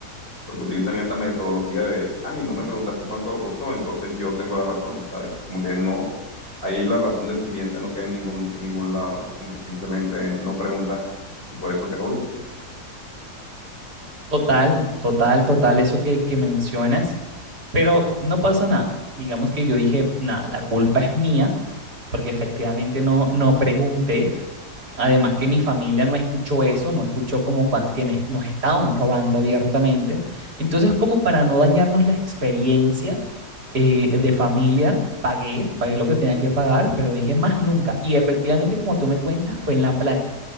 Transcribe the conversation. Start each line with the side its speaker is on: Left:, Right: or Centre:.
Left: Porque utilizan esta metodología de, ay, no me preguntaste cuánto costó, entonces yo tengo la razón, ¿sabes? Como que no, ahí la razón del cliente no queda en ningún, en ningún lado, es como que simplemente no preguntaste y por eso te jodiste.
Right: Total, total, total, eso que, que mencionas. Pero no pasa nada. Digamos que yo dije, nada, la culpa es mía porque efectivamente no, no pregunté. Además que mi familia no escuchó eso, no escuchó como cuan- que me- nos estaban robando abiertamente. Entonces, como para no dañarnos la experiencia eh, de familia, pagué, pagué lo que tenía que pagar, pero dije más nunca. Y efectivamente, como tú me cuentas, fue en la playa.